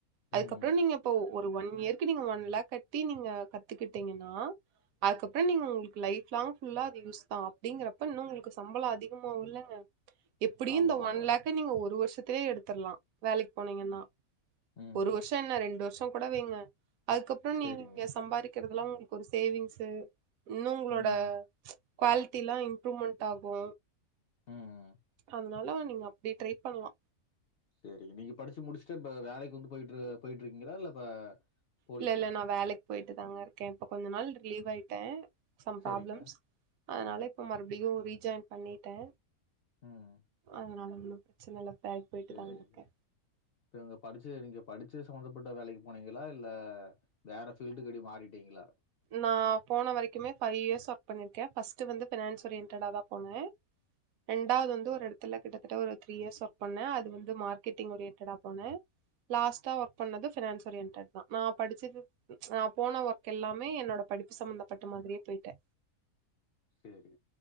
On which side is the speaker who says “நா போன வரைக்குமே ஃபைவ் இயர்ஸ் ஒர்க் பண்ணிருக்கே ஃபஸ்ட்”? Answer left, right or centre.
Right